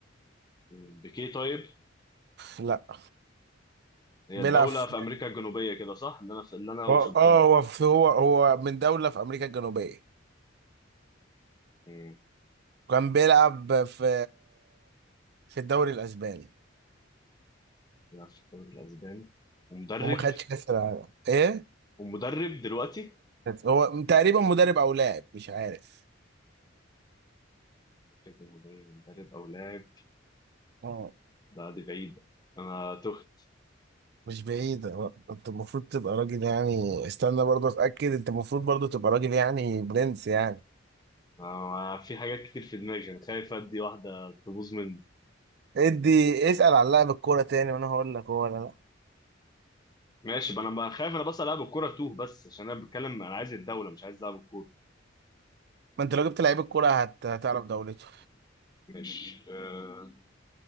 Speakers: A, on the left; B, on the right.
A: بيكيه طيب
B: لا
A: هي
B: بيلعب
A: الدوله
B: في-
A: في امريكا الجنوبيه كده صح اللي انا اللي انا وصلت
B: اه آه،
A: له
B: هو في- هو هو من دوله في امريكا الجنوبيه
A: مم.
B: وكان بيلعب في في الدوري الاسباني
A: بيلعب في الدوري الاسباني ومدرب
B: وما خدش كاس العالم ايه
A: ومدرب دلوقتي
B: هو تقريبا مدرب او لاعب مش عارف
A: فكرة مدرب مدرب او لاعب
B: اه
A: ده دي بعيد انا تهت
B: مش بعيد هو انت المفروض تبقى راجل يعني استنى برضه اتاكد انت المفروض برضه تبقى راجل يعني برنس يعني
A: أنا في حاجات كتير في دماغي انا خايف ادي واحده تبوظ مني
B: ادي اسال عن لاعب الكوره تاني وانا هقول لك هو ولا لا
A: ماشي بقى انا بقى خايف انا بس العب الكوره توه بس عشان انا بتكلم انا عايز الدوله مش عايز العب الكوره
B: ما انت لو جبت لعيب الكوره هت... هتعرف دولته
A: ماشي أه...